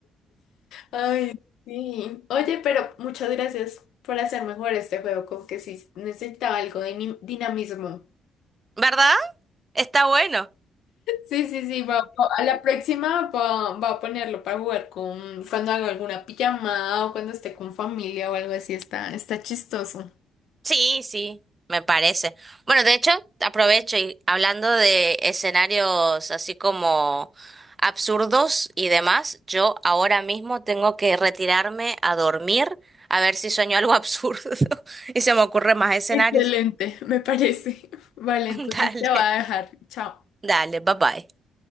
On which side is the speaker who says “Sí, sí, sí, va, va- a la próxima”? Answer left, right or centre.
Left